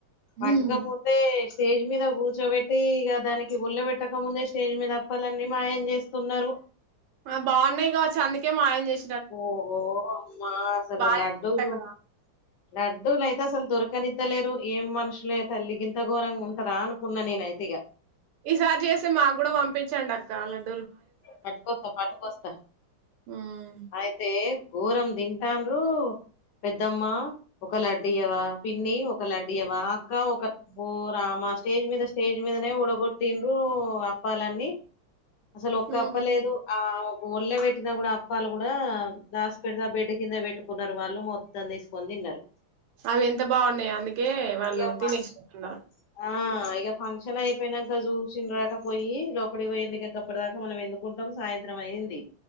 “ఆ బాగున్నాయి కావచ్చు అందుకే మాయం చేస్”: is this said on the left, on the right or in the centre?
Right